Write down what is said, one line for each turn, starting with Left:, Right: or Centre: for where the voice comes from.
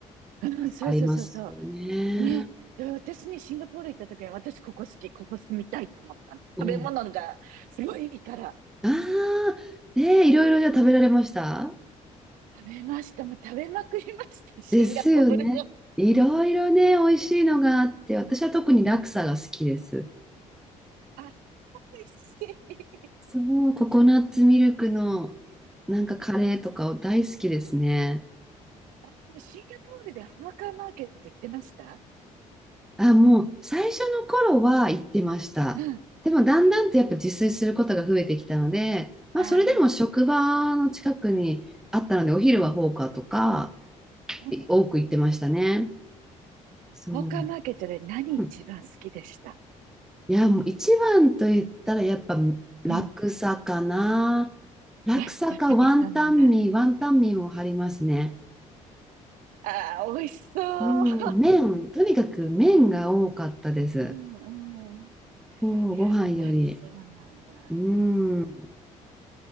Right: うん、そうそうそうそう。
Centre: ありますよね。
Right: ね。で私にシンガポール行った時に、私ここ好き、ここ住みたいと思ったの。
Centre: お、
Right: 食べ物がすごいいいから。
Centre: ああ、ね、いろいろじゃあ食べられました
Right: 食べました。もう食べまくりました。シンガポールの。
Centre: ですよね。いろいろね、美味しいのがあって、私は特にラクサが好きです。
Right: あ、美味しい。
Centre: そう、ココナッツミルクのなんかカレーとかを大好きですね。
Right: あ、シンガポールでハーカーマーケット行ってました
Centre: あ、もう最初の頃は行ってました。
Right: うん。
Centre: でもだんだんとやっぱ自炊することが増えてきたので、まあそれでも職場の近くにあったので、
Right: ああ、
Centre: お昼はフォーカーとか
Right: うんうんうん。
Centre: い多く行ってましたね。そう。
Right: ハーカーマーケットで何一番好きでした
Centre: うん、いや、もう一番と言ったらやっぱ楽さかな。
Right: うん。
Centre: 楽さかワンタンミー、
Right: いや、やっぱりそうなんだ。
Centre: ワンタンミーも張りますね。
Right: ああ、美味しそう。
Centre: もう麺、
Right: <laughs>
Centre: とにかく麺が多かったです。
Right: うんうんうん。
Centre: そう、
Right: やっぱりそうなんだ。
Centre: ご飯より。うん。